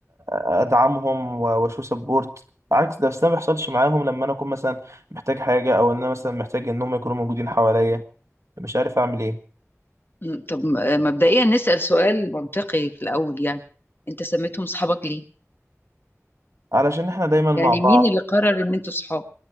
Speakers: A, on the right (about 65°); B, on the left (about 40°).
A: ادعمهم و- واشو سبورت عكس ده بس ده ما بيحصلش معاهم لما انا اكون مثلا محتاج حاجه او ان انا مثلا محتاج ان هم يكونوا موجودين حواليا مش عارف اعمل ايه
B: م- طب م- مبدئيا نسأل سؤال منطقي في الأول يعني أنت سميتهم صحابك ليه؟
A: علشان احنا دايما مع
B: يعني
A: بعض
B: مين اللي قرر إن أنتوا صحاب؟